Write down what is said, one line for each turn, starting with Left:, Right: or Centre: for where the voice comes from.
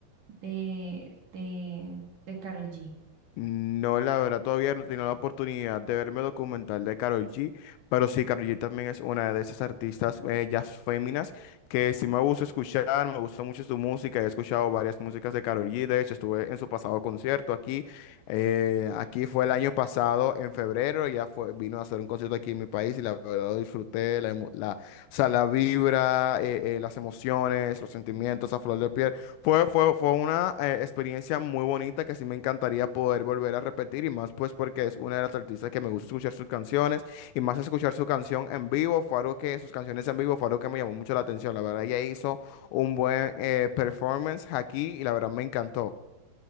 Right: de, de, de Karol G.
Left: No, la verdad, todavía no he tenido la oportunidad de verme el documental de Karol G, pero sí, Karol G también es una de esas artistas, eh, jazz féminas, que sí me gusta escuchar, me gusta mucho su música, he escuchado varias músicas de Karol G, de hecho estuve en su pasado concierto aquí, eh, aquí fue el año pasado, en febrero, ya fue, vino a hacer un concierto aquí en mi país y la verdad lo disfruté, la, emo- la, o sea, la vibra, eh, eh, las emociones, los sentimientos a flor de piel. Fue, fue, fue una eh, experiencia muy bonita que sí me encantaría poder volver a repetir y más pues porque es una de las artistas que me gusta escuchar sus canciones y más escuchar su canción en vivo fue algo que sus canciones en vivo fue algo que me llamó mucho la atención. La verdad ella hizo un buen eh, performance aquí y la verdad me encantó.